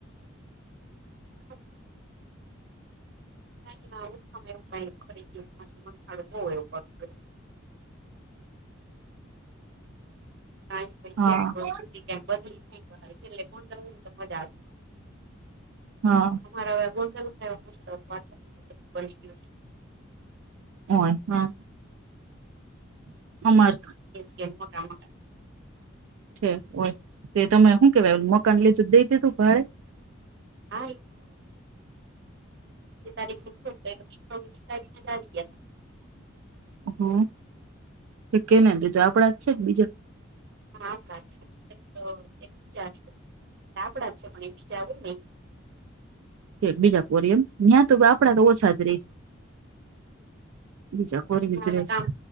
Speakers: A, on the right (about 55°); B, on the right (about 85°).
A: હચ. નું સમયાય ખડ બ એવું પડ. પૈી
B: હા
A: અનુભવ. ક્યાંક બદલી થાય છેલ્લે પણવું ને તો મજા આવે.
B: હા.
A: રા ગોલાયં દ.
B: હો હા. અમાર
A: કે મોટા મોટા.
B: છે હોય તે તમે શું કેવાય મકાન લીધું દઈ દીધું ભાડે.
A: હા તારી તારી જ આવી ગયા.
B: હમ કેને બજ આપડા જ છે બીજા.
A: હા આપડા જ છે તો એકબીજા એટ આપડા જ છે પણ એકબીજા આવું નહી.
B: બીજા કોરી એમ જ્યાં તો આપડા તો ઓછા જ રે બીજા. કોરી
A: ને
B: ગુજરેશ
A: હા કામ